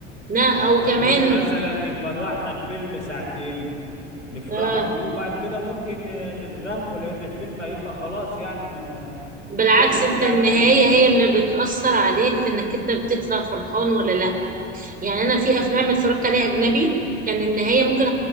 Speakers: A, on the right; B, on the left.
A: لا
B: يعني
A: هو
B: طب
A: كمان
B: قولي مثلا يفرحنا الفيلم ساعتين نفرحوا
A: آه
B: فيه وبعد كده ممكن ن- نتغموا لأن الفيلم هيبقى خلاص يعني ما
A: بالعكس
B: خلص
A: أنت
B: يعني
A: النهاية
B: غير الأول
A: هي اللي بتأثر عليك في إنك أنت بتطلع فرحان ولا لأ يعني انا في افلام اتفرجت عليها اجنبي كان النهايه ممكن